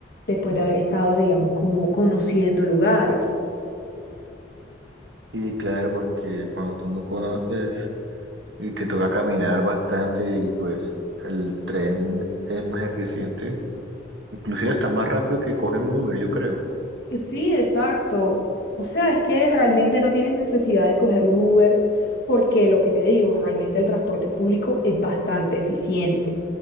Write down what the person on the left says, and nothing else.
después de haber estado, digamos, como conociendo lugares.
Po-
Sí, exacto. O sea, es que realmente no tienes necesidad de coger un Uber porque lo que te digo, realmente el transporte público es bastante eficiente.